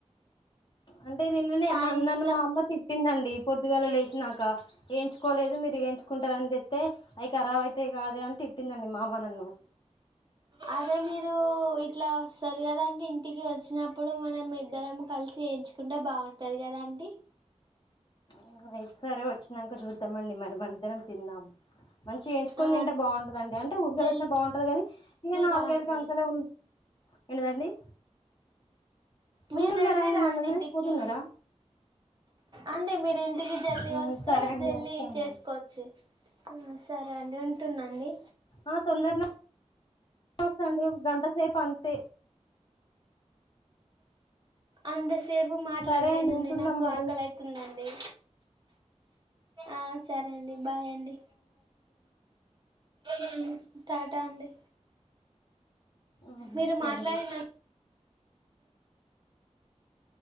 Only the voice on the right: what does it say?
సాయంత్రం
<inaudible> అదే మీరు ఇట్లా వస్తరు కదాంటే ఇంటికి వచ్చినప్పుడు మనం ఇద్దరము కల్ చేయించకుండా బాగుంటది కదా అండి
ఆ
జల్దీ
రా అండి
మీరు
వెళ్లి
రాండింటికి
అండి మీరింటికి జల్లి
వస్తే
జల్లి
చేసుకోవచ్చు ఆ సరే అండి ఉంటున్నాండి
అంతసేపు మాట్లాడలేనండి
నాకు
ఆకలి అవుతుందండి ఆ సరే అండి బాయ్ అండి ఉమ్ టాటా అండి
మీరు
మాట్లడిన